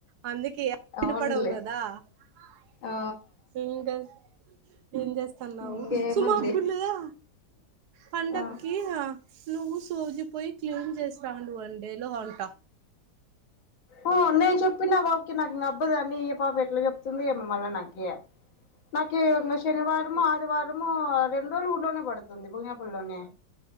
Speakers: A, on the right (about 65°); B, on the left (about 80°).
A: అందుక ఎిన
B: అవునులే
A: పడవు కదాకా
B: ఆ
A: ఏం చేస్తున్నావు
B: ఇంకేముంది
A: సుమకులుగా పండకి
B: ఆ
A: నువ్వు సోజపోయి క్లీన్ చేసావు వన్ డే లో అంట
B: న చెప్ప చెప్పి నా బాబుకి నాకు ఇం అబ్బదాని ఏ పాప ఎట్లా చెప్తుంది ఏ మల్ల నాకే నాక ఇంకా శనివారంము ఆదివారం ము రెండు రోజులు ఊర్లోనే పడుతుంది భుగినపలి లోనే